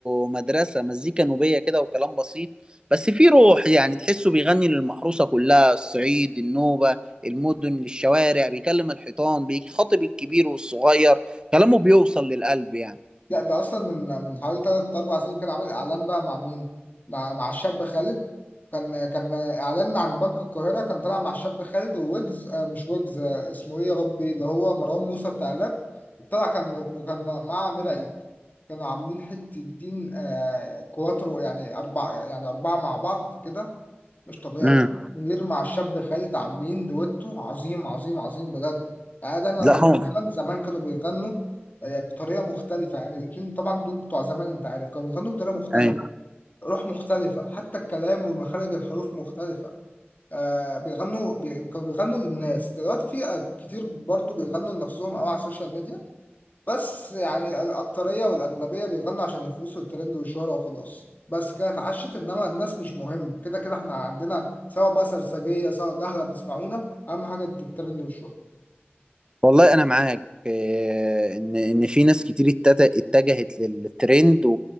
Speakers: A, on the right; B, on the left.
A: مدرسة مزيكا نوبية كده وكلام بسيط بس في روح يعني تحسه بيغني للمحروسة كلها الصعيد النوبة المدن للشوارع بيكلم الحيطان بيخاطب الكبير والصغير كلامه بيوصل للقلب يعني
B: لا ده اصلا من من حوالي ثلاث اربع سنين كان عامل اعلان بقى مع مين مع مع الشاب خالد كان كان اعلان عن بنك القاهره كان طالع مع الشاب خالد وويجز آه مش ويجز آه اسمه ايه يا ربي اللي هو مروان موسى بتاع الراب طلع كان وكان مع امير عيد كانوا عاملين حته الدين آه كواترو يعني اربعه يعني اربعه مع بعض كده مش طبيعي
A: امم
B: محمد منير مع الشاب خالد عاملين دويتو عظيم عظيم عظيم بجد يعني انا دايما
A: لا
B: اقول
A: هو
B: زمان زمان كانوا بيغنوا آه، بطريقه مختلفه يعني الاثنين طبعا دول بتوع زمان انت عارف كانوا بيغنوا بطريقه مختلفه
A: أيوة.
B: روح مختلفه حتى الكلام ومخارج الحروف مختلفه آه بيغنوا بي... كانوا بيغنوا للناس دلوقتي في آه، كتير برضو بيغنوا لنفسهم او على السوشيال ميديا بس يعني الأكترية والأغلبية بيغنوا عشان الفلوس والترند والشهرة وخلاص بس كده اتعشت إنما الناس مش مهم كده كده إحنا عندنا سواء بقى سرسجية سواء جهلة بيسمعونا أهم حاجة الترند والشهرة
A: والله انا معاك آه، ان ان في ناس كتير اتت- اتجهت للترند و-